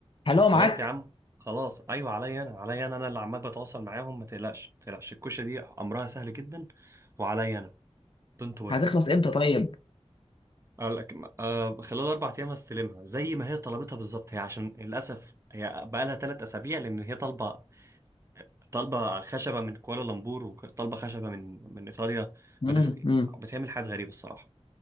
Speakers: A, on the left; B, on the right.
A: هل
B: طب
A: هو
B: خلاص
A: معاك
B: يا عم خلاص ايوه عليا انا عليا انا انا اللي عمال بتواصل معاهم ما تقلقش ما تقلقش الكوشه دي امرها سهل جدا وعليا انا دونت وري
A: هتخلص امتى طيب
B: آه خلال اربع ايام هستلمها زي ما هي طلبتها بالظبط هي عشان للاسف هي بقالها ثلاث اسابيع لان هي طالبه طالبه خشبه من كوالالمبور وطالبه خشبه من من ايطاليا
A: امم
B: ما تف... بتعمل حاجات غريبه الصراحه